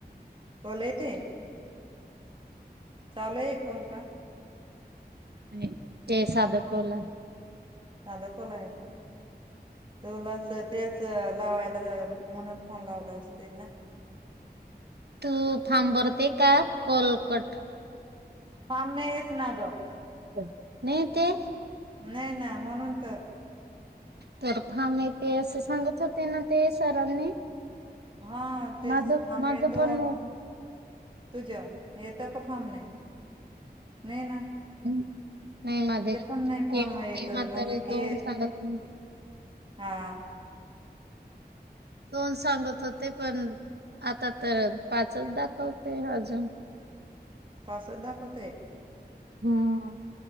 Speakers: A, on the right (about 30°); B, on the right (about 75°).
A: बोलाय येतेय... चालू ए कॉल का?
B: नई... ते सादं कोला.
A: साधा कॉल हाये का? तुला... तेच... लावायला.... म्हणून फोन लावला असतील ना?
B: तू थांबरती का? कॉल कट
A: थांबेच ना गं.
B: चल.. नई येत ए?
A: नइना... म्हणून तर.
B: तर... फ़ार्म येते असे... सांगत होते ना... ते सरांनी!
A: हा... तेच...
B: माझ माझं
A: फार्म येतो...
B: पण
A: तुझं येतं का... का फॉर्म नई... नई ना
B: नाई माझे...
A: पण नाही
B: <unintelligible>
A: फॉर्म येत म्हणजे कि
B: सांगत <unintelligible>
A: हा.
B: दोन सांगत होते... पण... आता तर.. पाचच दाखवते अजून.
A: पासच दाखवते?
B: हम्म.... हा.